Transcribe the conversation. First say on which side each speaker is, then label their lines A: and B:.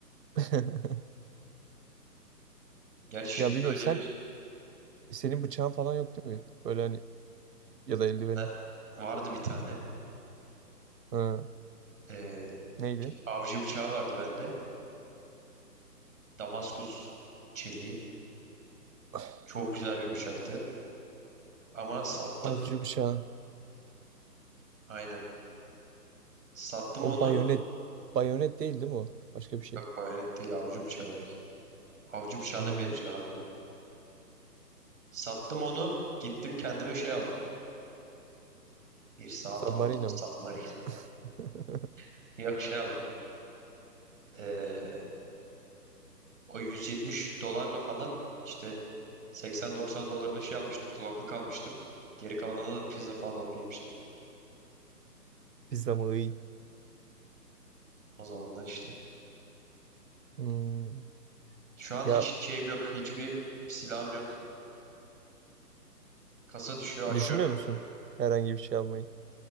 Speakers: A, on the right; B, on the right.
A: <laughs>
B: Gerçi şimdi
A: Ya bilmiyorum
B: de oynayamıyorsun.
A: sen Senin bıçağın falan yok değil mi? Böyle hani ya da eldivenin.
B: Ha, vardı bir tane.
A: Ha,
B: Ee,
A: neydi?
B: avcı bıçağı vardı bende. Damaskus çeliği.
A: <sighs>
B: Çok güzel bir bıçaktı. Ama sattım.
A: Avcı bıçağı.
B: Aynen. Sattım
A: O
B: onu.
A: bayonet. Bayonet değil değil mi o? Başka bir şey.
B: Yok bayonet değil avcı bıçağı direkt. Avcı bıçağına
A: Hmm.
B: benziyor harbiden. Sattım onu. Gittim kendime şey aldım. Bir saat
A: Submarina
B: aldım.
A: mı?
B: Submarine.
A: <laughs>
B: <laughs> Yok şey aldım. Ee, o 170 dolarla falan işte 80-90 dolarına şey almıştım. Kulaklık almıştım. Geri kalanına da pizza falan alıp yemiştim.
A: Pizza mı? Iy.
B: O zamanlar işte.
A: Hmm.
B: Şu an
A: Ya
B: hiç şeyim yok. Hiçbir silahım yok. Kasa düşüyor açıyorum
A: düşünmüyor
B: onları.
A: musun? Herhangi bir şey almayı.